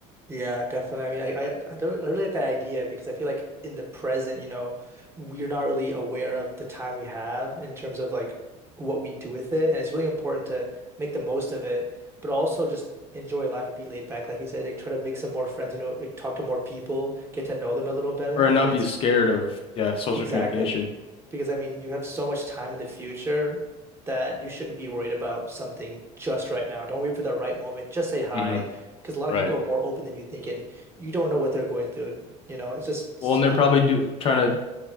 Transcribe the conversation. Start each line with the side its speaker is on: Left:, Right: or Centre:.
Right: Yeah, definitely. I mean, I, I, I don't, I really like that idea because I feel like in the present, you know, we're not really aware of the time we have in terms of like what we do with it. And it's really important to make the most of it, but also just enjoy life and be laid back. Like you said, like try to make some more friends, you know, like, talk to more people, get to know them a little better.
Left: Or
Right: I
Left: not
Right: think it's
Left: be scared of yeah, social
Right: Exactly.
Left: communication.
Right: Because I mean, you have so much time in the future that you shouldn't be worried about something just right now. Don't wait for the right moment. Just say hi.
Left: hmm
Right: Because a lot
Left: Right.
Right: of people are more open than you think, and you don't know what they're going through. You know, it's just
Left: Well,
Right: something.
Left: and they're probably do trying to